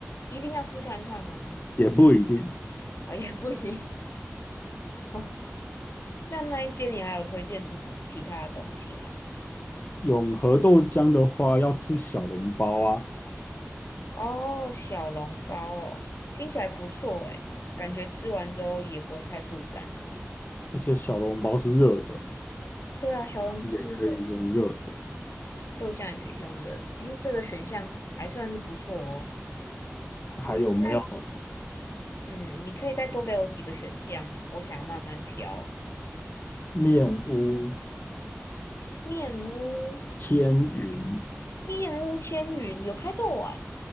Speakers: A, on the left; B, on the left.
A: 一定要试看看吗？
B: 也不一定。
A: 啊、也不行。定。<laughs> 那那一间你还有推荐什么其他的东西吗？
B: 永和豆浆的话，要吃小笼包啊。
A: 哦，小笼包哦，听起来不错诶，感觉吃完之后也不会太负担。
B: 而且小笼包是热的，
A: 对啊，小笼包是热的，
B: 也可以用热的。
A: 豆浆也可以用热的。诶，这个选项还算是不错哦。
B: 还有没有
A: 那你，嗯，你可以再多给我几个选项嘛，我想要慢慢挑。
B: 面屋、
A: 面屋，
B: 千云？
A: 面屋千云有开这么晚？